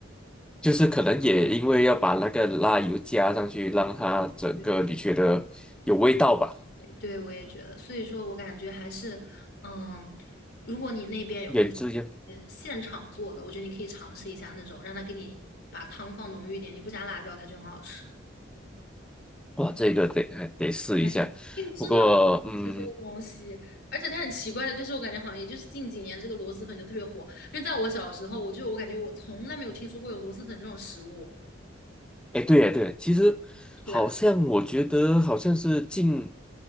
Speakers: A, in the centre; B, on the left.
A: 就是可能也因为要把那个辣油加上去，让它整个你觉得有味道吧，
B: 对对，对我也觉得，所以说我感觉还是，嗯，如果你那边有那种呃现场做的，
A: 原汁原
B: 我觉得你可以尝试一下那种，让他给你把汤放浓郁一点，你不加辣椒，它就很好吃。
A: 哇，这个得还得试一下。
B: 对，因为真的很吃这个东西，
A: 不过嗯，
B: 而且它很奇怪的，就是我感觉好像也就是近几年这个螺蛳粉就特别火，因为在我小时候，我就我感觉我从来没有听说过有螺蛳粉这种食物，
A: 哎对呀对啊其实好像我觉得好像是近
B: 对吧？